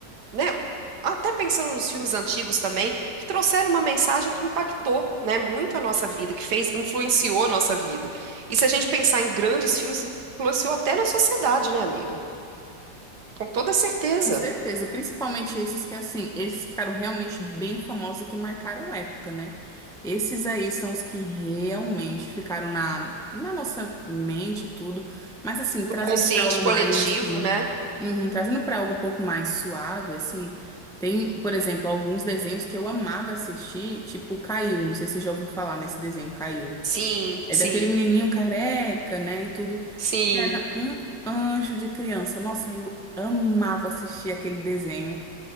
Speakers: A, on the right; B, in the centre.
A: né? Até pensando nos filmes antigos também, que trouxeram uma mensagem que impactou, né, muito a nossa vida, que fez, influenciou a nossa vida. E se a gente pensar em grandes filmes, influenciou até na sociedade, né, amiga? Com toda certeza.
B: Com certeza, principalmente esses que assim, esses que ficaram realmente bem famosos e que marcaram época, né? Esses aí são os que realmente ficaram na, na nossa mente e tudo, mas assim, trazendo
A: O consciente
B: para algo
A: coletivo,
B: mais assim,
A: né?
B: uhum, trazendo para algo um pouco mais suave, assim, tem, por exemplo, alguns desenhos que eu amava assistir, tipo Caiu, não sei se você já ouviu falar nesse desenho Caiu.
A: Sim,
B: É
A: sim,
B: daquele menininho careca, né, e tudo
A: sim.
B: era um anjo de criança. Nossa, eu amava assistir aquele desenho,